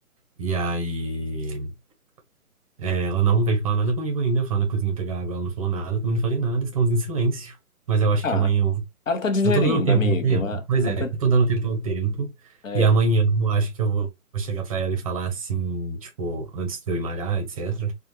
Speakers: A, on the right (about 25°); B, on the left (about 60°).
A: E aí, é, ela não veio falar nada comigo ainda. Eu fui lá na cozinha pegar água, ela não falou nada, eu também não falei nada, estamos em silêncio. Mas eu acho
B: Ah,
A: que amanhã eu.
B: ela tá digerindo,
A: Eu tô dando tempo
B: amigo.
A: ao tempo?
B: Ah,
A: Pois
B: Ela
A: é,
B: tá...
A: eu tô dando tempo ao tempo.
B: É,
A: E amanhã
B: é.
A: eu acho que eu vou vou chegar pra ela e falar assim, tipo, antes de eu ir malhar, etc.